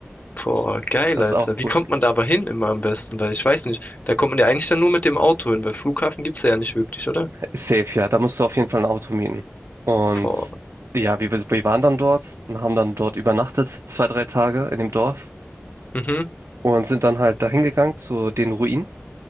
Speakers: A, on the left; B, on the right.
A: boah, geil,
B: Das
A: Alter.
B: ist auch
A: Wie
B: cool.
A: kommt man da aber hin immer am besten? Weil ich weiß nicht, da kommt man ja eigentlich dann nur mit dem Auto hin, weil Flughafen gibt's ja nicht wirklich, oder?
B: Safe, ja. Da musst du auf jeden Fall ein Auto mieten. Und
A: Boah,
B: ja, wir, wir waren dann dort und haben dann dort übernachtet, zwei, drei Tage in dem Dorf
A: mhm,
B: und sind dann halt dahin gegangen zu den Ruinen.